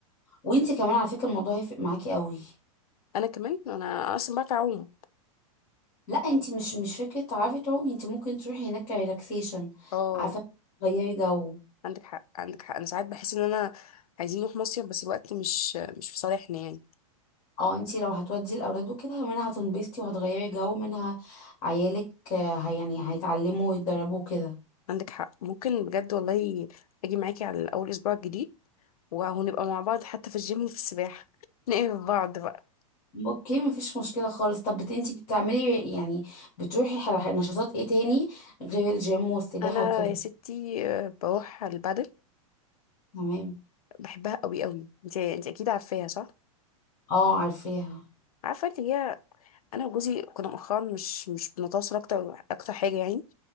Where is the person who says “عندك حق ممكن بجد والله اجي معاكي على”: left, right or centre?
Left